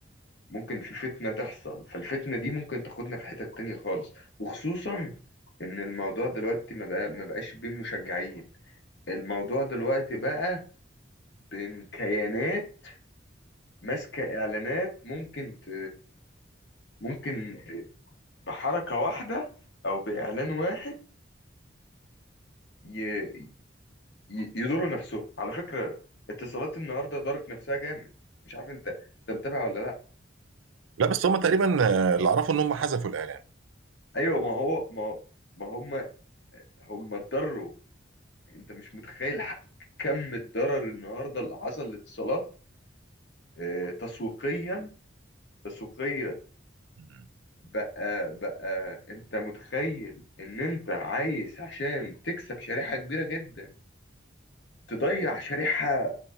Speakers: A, on the left; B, on the right.
A: ممكن في فتنة تحصل فالفتنة دي ممكن تاخدنا في حتة تانية خالص وخصوصا إن الموضوع دلوقتي ما بقى ما بقاش بين مشجعين الموضوع دلوقتي بقى بين كيانات ماسكة إعلانات ممكن ت... ممكن ت... بحركة واحدة أو بإعلان واحد ي... ي... يضروا نفسهم على فكرة اتصالات النهاردة ضرت نفسها جامد مش عارف أنت أنت متابع ولا لأ
B: لا بس هم تقريبا آه، اللي اعرفه ان هم حذفوا الاعلان
A: أيوة ما هو ما ما هم هم اتضروا انت مش متخيل ح- كم الضرر النهارده اللي حصل للاتصالات آه، تسويقيا تسويقيا
B: مم.
A: بقى بقى انت متخيل ان انت عايز عشان تكسب شريحة كبيرة جدا تضيع شريحة